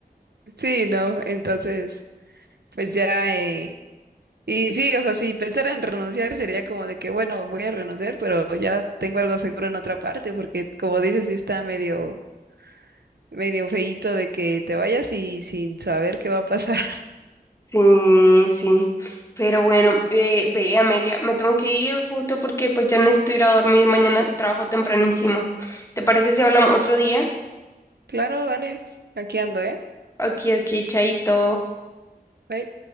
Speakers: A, on the right; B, on the left.
A: Sí, no, entonces, pues ya, eh, Y sí, o sea, si pensara en renunciar sería como de que, bueno, voy a renunciar, pero ya tengo algo seguro en otra parte, porque como dices, sí está medio, medio feíto de que te vayas y sin saber qué va a pasar. <laughs>
B: Sí, sí. Pero bueno, eh, ve, Amelia, me tengo que ir justo porque pues ya necesito ir a dormir. Mañana trabajo tempranísimo. ¿Te parece si hablamos otro día?
A: Claro, dale, aquí ando, ¿eh?
B: Ok, ok, chaito.
A: Bye.